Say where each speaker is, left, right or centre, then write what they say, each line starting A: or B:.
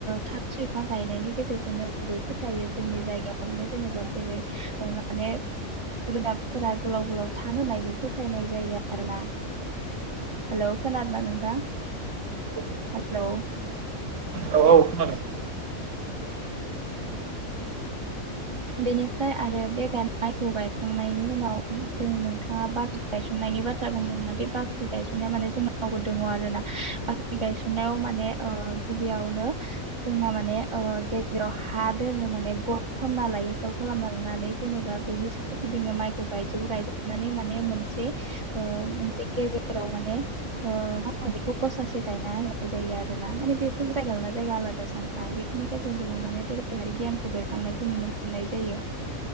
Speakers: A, on the right; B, on the right.
A: थास' बिफां गायनायनि गेजेरजों जेबो फोथायो जोंनि जायगायाव माने जेनेबा बेे माने रोदाफोरा गोलाव गोलाव थाङो होननाबो फोथायनाय जायो आरोना हेल' खोनादोंना नोंथां
B: हागोन
A: हेल' औ
B: औ औ खोनादों
A: बेनिफ्राय आरो बे माइखौ गायखांनायनि उनाव जों नोंथाङा बाख्रि गायसननायनि बाथ्रा बुंदोंमोना बे बाख्रि गायसननाया माने जोंनावबो दङ आरो ना बाख्रि ख्रि गायसननायाव माने गिबियावनो जोंना माने गेजेराव हा दोननो माने ग खालामना लायो गल खालामना लानानै जेनेबा बेनि सोरगिदिङाव माइखौ गायजोबो गायजोबनानै माने मोनसे ओ मोनसे गेजेराव माने ओ मा होनो बेखौ गसासे गायना होनाय जायो आरो ना माने बेफोर जायगा लानानै ना जायगा आलादा जानो नाय बेफोरनि गेजेरजों माने दोरोङारि गियानखौ बेरखांनायखौ नुनो मोननाय जायो